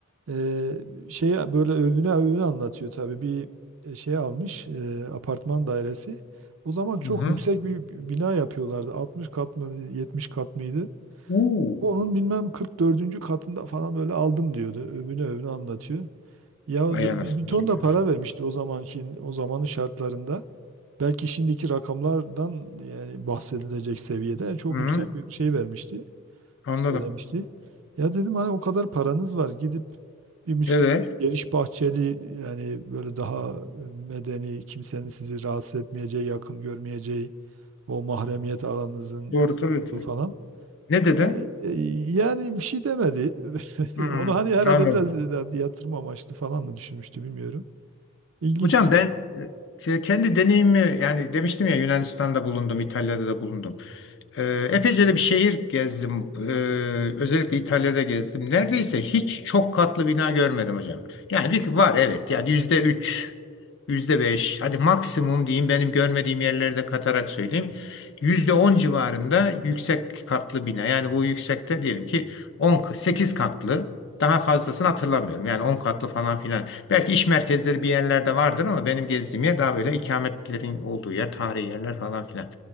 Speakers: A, on the right (about 70°); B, on the left (about 60°).
A: e, şey böyle övüne övüne anlatıyor tabii bir e, şey almış e, apartman dairesi. O zaman çok
B: Hı hı.
A: yüksek bir bina yapıyorlardı. 60 kat mı 70 kat mıydı?
B: Uu,
A: Onun bilmem 44. katında falan böyle aldım diyordu. Övüne övüne anlatıyor. Ya
B: Vay
A: de-
B: anasını
A: bir, bir ton
B: satayım
A: da
B: ya.
A: para vermişti o zamanki o zamanın şartlarında. Belki şimdiki rakamlardan yani bahsedilecek seviyede yani çok
B: Hı hı.
A: yüksek bir şey vermişti,
B: Anladım.
A: söylemişti. Ya dedim hani o kadar paranız var gidip bir müstakil
B: Evet.
A: geniş bahçeli yani böyle daha medeni kimsenin sizi rahatsız etmeyeceği, yakın görmeyeceği o mahremiyet alanınızın
B: Doğru tabii ki.
A: olduğu falan.
B: Ne dedin?
A: E, Yani bir şey demedi.
B: Hı hı.
A: <laughs> Onu hani herhalde
B: Anladım.
A: biraz da yatırım amaçlı falan mı düşünmüştü bilmiyorum. İlginç
B: Hocam
A: bir şey
B: ben
A: oldu.
B: e, kendi deneyimi yani demiştim ya Yunanistan'da bulundum, İtalya'da da bulundum. E, epeyce de bir şehir gezdim. E, özellikle İtalya'da gezdim. Neredeyse hiç çok katlı bina görmedim hocam. Yani bir var evet yani yüzde üç, yüzde beş hadi maksimum diyeyim benim görmediğim yerleri de katarak söyleyeyim. %10 civarında yüksek katlı bina. Yani bu yüksekte diyelim ki 10, 8 katlı daha fazlasını hatırlamıyorum. Yani 10 katlı falan filan. Belki iş merkezleri bir yerlerde vardır ama benim gezdiğim yer daha böyle ikametlerin olduğu yer, tarihi yerler falan filan.